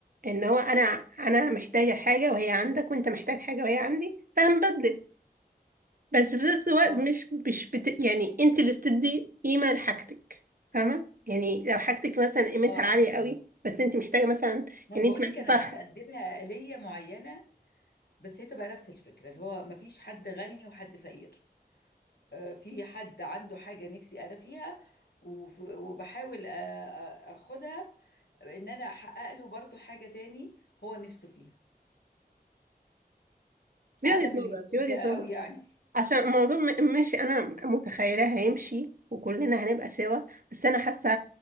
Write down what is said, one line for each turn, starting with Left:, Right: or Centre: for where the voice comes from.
Right: ان هو انا انا محتاجه حاجه وهي عندك وانت محتاج حاجه وهي عندي فهنبدل بس في نفس الوقت
Left: اه
Right: مش مش بت... يعني انت اللي بتدي قيمه لحاجتك فاهمه يعني لو حاجتك مثلا قيمتها
Left: اه
Right: عاليه
Left: اه
Right: قوي
Left: فهمك.
Right: بس انت محتاجه مثلا
Left: ما
Right: يعني
Left: أنا بقول
Right: انت معاكي
Left: لك أنا
Right: فرخه
Left: عايزة أدي لها آلية معينة بس هي تبقى نفس الفكرة اللي هو مفيش حد غني وحد فقير آه، في حد عنده حاجة نفسي أنا فيها وف- وبحاول آه، آه، أخدها إن أنا أحقق له برضو حاجة تاني هو نفسه فيها
Right: دي
Left: عالم
Right: وجهة نظر
Left: اليوتوبيا
Right: دي وجهة نظر
Left: قوي يعني
Right: عشان الموضوع م- مش انا متخيلة هيمشي وكلنا هنبقى سوا بس انا حاسة